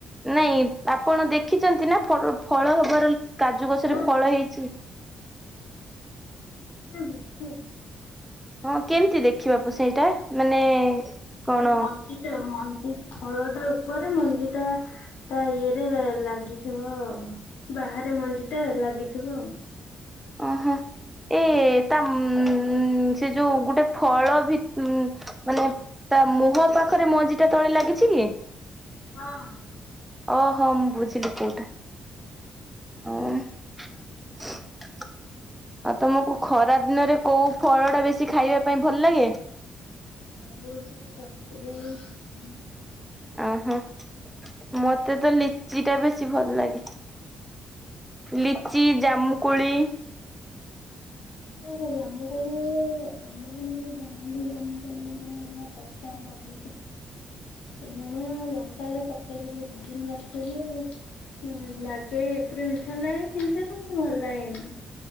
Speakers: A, in the centre; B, on the left (about 75°).
A: ନାଇଁ ଆପଣ ଦେଖିଛନ୍ତି ନା ଫଳ ହବାର। କାଜୁ ଗଛ
B: ହଁ
A: ରେ ଫଳ ହେଇଛି।
B: ଦେ
A: ହଁ କେମିତି ଦେଖିବା ପୁ ସେଇଟା ମାନେ କଣ
B: ମଞ୍ଜି ଟା ମଞ୍ଜି ଫଳ ଟା ଉପରେ ମଞ୍ଜି ଟା ତା ଇଏରେ ଲାଗିଥିବ ବାହାରେ ମଞ୍ଜି ଟା ଲାଗିଥିବ ଆଉ।
A: ଓହୋ। ଏ ତା ଉ ସେ ଯୋଉ ଗୋଟେ ଫଳ ଭି ମାନେ ତା ମୁହଁ ପାଖରେ ମଞ୍ଜି ଟା ତଳେ ଲାଗିଛି କି?
B: ହଁ।
A: ଓଁ ହଁ ମୁଁ ବୁଝିଲି କୋଉଟା ଓ ଆଉ ତମକୁ
B: ହଁ
A: ଖରା ଦିନରେ କୋଉ ଫଳ ଟା ବେଶୀ ଖାଇବା ପାଇଁ ଭଲ ଲାଗେ?
B: ଆ <unintelligible>
A: ଓହୋ ମତେ ତ ଲିଚି ଟା ବେଶୀ ଭଲ ଲାଗେ। ଲିଚି ଜାମୁକୁଳି।
B: ନ ସେ ଜାମ କୋଳି <unintelligible> ଟିକେ ଲୁଣ ଆଉ ଲଙ୍କାରେ ପକେଇଦେଲେ ଦି ଦିନ ରଖିଦେଲେ। ହ ଲାଗେ ଏପଟେ ମିଠା ଲାଗେ କିନ୍ତୁ ମୋତେ ଭଲ ଲାଗେନି।